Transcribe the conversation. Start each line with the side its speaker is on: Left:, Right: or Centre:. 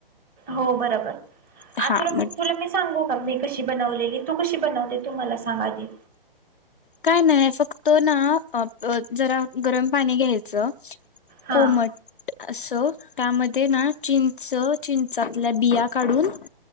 Right: हो बरोबर
Left: हा
Right: आ तुला मी
Left: मग
Right: तुला मी सांगू का मी कशी बनवलेली तू कशी बनवते तू मला सांग आधी
Left: काय नाही फक्त ना जरा गरम पाणी घ्यायचं
Right: हां
Left: कोमट असं त्यामध्ये ना चिंच चिंचातल्या बिया काढून